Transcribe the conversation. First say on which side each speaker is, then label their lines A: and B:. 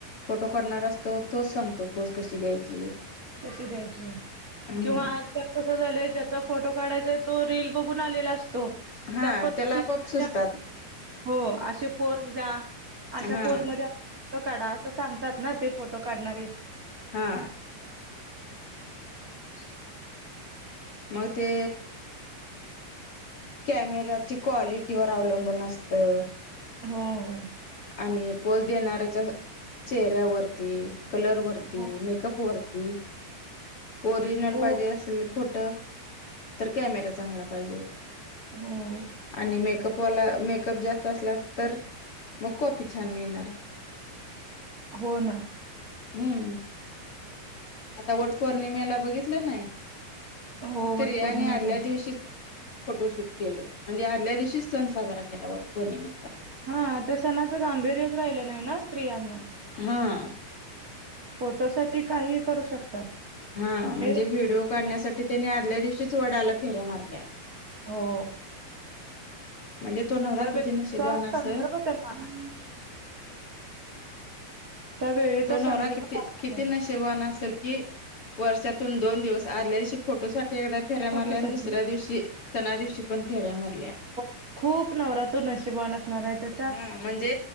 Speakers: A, on the left; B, on the right.
A: फोटो करणार असतो तोच सांगतो पोज कशी द्यायची.
B: कशी द्यायची
A: हं
B: किंवा आज कसं झालंय ज्याचा फोटो काढायचाय तो रील बघून आलेला असतो.
A: हां
B: त्या पद्धती
A: त्याला आपोआप
B: <inaudible>
A: सुचतात
B: हो असे पोज द्या अशा
A: हां
B: पोजमध्ये फोटो काढा असं सांगतात ना ते फोटो काढणारे.
A: हा.
B: <unintelligible>
A: म ते कॅमेराची क्वालिटी तीवर अवलंबून असतं.
B: होय.
A: आणि पोज देणाऱ्याच्या चेहऱ्यावरती, कलर वरती,
B: हो
A: मेकअप वरती- ती. ओरिजनल
B: हो
A: पाहिजे असल फोटो तर कॅमेरा चांगला पाहिजे.
B: हं.
A: आणि मेकअपवाला, मेकअप जास्त असला तर? मग कॉपी छान नाही येणार.
B: हो ना.
A: हम्म. आता वट पौर्णिमेला बघितलं नाही?
B: हो
A: स्त्रियांनी
B: वट पौर्णिमेच्या
A: आदल्या दिवशीच - फोटोशूट केलं. म्हणजे आदल्या दिवशीच सण साजरा केला वट पौर्णिमेचा.
B: हां. ते सणाचं गांभीर्यच राहिलं नाही ना स्त्रियांना.
A: हां.
B: फोटो साठी काहीही करू शकतात.
A: हां. म्हणजे
B: हे
A: व्हिडिओ काढण्यासाठी त्यांनी आदल्या दिवशीच वडाला फेऱ्या मारल्या.
B: हो.
A: म्हणजे तो- नवरा
B: त्या
A: किती
B: वेळीचा
A: नशेबान असेल
B: संदर्भ त्यांना- त्या वेळेचा
A: तो नवरा
B: संदर्भ
A: किती-
B: सांगतात
A: किती नशिबवान असेल? कि वर्षातून दोन दिवस, आदल्या दिवशी फोटोसाठी एकदा- फेऱ्या
B: फोटोसाठी
A: मारल्या. आणि दुसऱ्या दिवशी सणा दिवशी पण फेऱ्या मारल्या.
B: हां. तो नवरा तर नशिबवान असणार आहे. त्या-
A: हां. म्हणजे